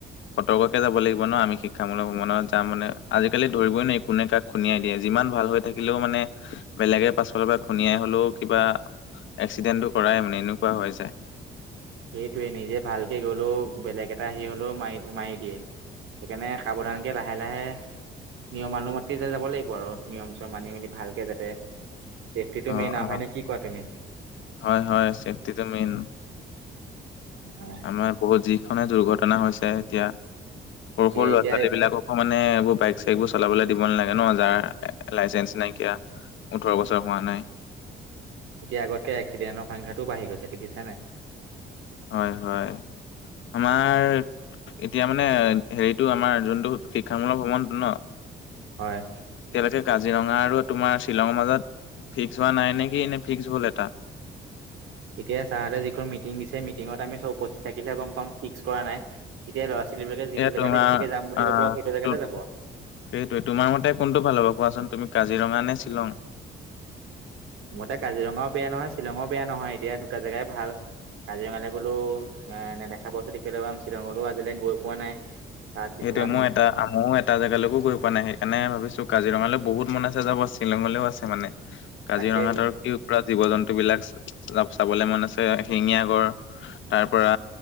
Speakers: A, on the left; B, on the right.
A: সতৰ্ককে যাব লাগিব ন আমি শিক্ষামূলক ভ্ৰমণত যাম মানে আজিকালি ধৰিবই নোৱাৰি কোনে কাক খুনিয়াই দিয়ে যিমান ভাল হৈ থাকিলেও মানে বেলেগে পাছফলৰ পৰা খুনিয়াই হলেও কিবা এক্সিডেণ্টটো কৰাই মানে এনেকুৱা হৈ যায়
B: সেইটোৱে নিজে ভালকে গ'লেও বেলেগ এটা হেৰি হ'লেও মাৰি মাৰি দিয়ে সেইকাণে সাৱধানকে লাহে লাহে নিয়মানুমাতি যা যাব লাগিব আৰু নিয়ম চম মানি মেলি ভালকে যাতে চেফটিটো
A: অ
B: মেইন আউ
A: অ
B: হয় নে কি কোৱা তুমি
A: হয় হয় চেফটিটো মেইন
B: হয়
A: হয় বহুত যিখনে দুৰ্ঘটনা হৈছে এতিয়া সৰু সৰু ল'ৰা
B: এতিয়া
A: ছোৱালী বিলাকক মানে এইবোৰ বাইক চাইক বোৰ চলাবলৈ দিব নালাগে ন যাৰ লাইচেন্ঞ্চ নাইকিয়া ওঠৰ বছৰ হোৱা নাই
B: এতিয়া আগতকে এক্সিডেণৰ সংখ্যাটোও বাঢি গৈছে দেখিছা নাই
A: হয় হয় আমাৰ এতিয়া মানে হেৰিটো আমাৰ যোনটো শিক্ষামূলক ভ্ৰমণটো ন
B: হয়
A: এতিয়ালৈকে কাজিৰঙা আৰু তোমাৰ শ্বিলঙৰ মাজত ফিক্স হোৱা নাই নে কি নে ফিক্স হল এটা
B: এতিয়া চাহঁতে যিখন মিটিং দিছে মিটিঙত আমি চব উপস্থিত থাকিলে গম পাম ফিক্স কৰা নাই এতিয়া ল'ৰা ছোৱালী বিলাকে যিটো
A: এ
B: জেগাতে
A: তোমাৰ
B: বেছিকে যাম বুলি
A: আহ
B: কব সেইটো জেগাতে
A: তো
B: যাব আউ
A: সেইটোৱে তোমাৰ মতে কোনটো ভাল হ'ব কোৱাচোন তুমি কাজিৰঙা নে শ্বিলং
B: মোৰ তে কাজিৰঙাও বেয়া নহয় শ্বিলঙও বেয়া নহয় এতিয়া দুটা জেগাই ভাল কাজিৰঙালে গ'লো এ নেদেখা বস্তু দেখিবলে পাম শ্বিলঙলৈও আজিলে গৈ পোৱা নাই তাত কিছুমান
A: সেইটোৱে মই এটা মৌ এটা জেগালৈকো গৈ পোৱা নাই সেইকাৰণে ভাবিছো কাজিৰঙালৈ বহুত মন আছে যাব শ্বিলঙলৈও আছে মানে কাজিৰঙাত
B: তাকেহে
A: আৰু কি পুৰা জীৱ জন্তু বিলাক চা চাবলে মন আছে এশিঙিয়া গড় তাৰ পৰা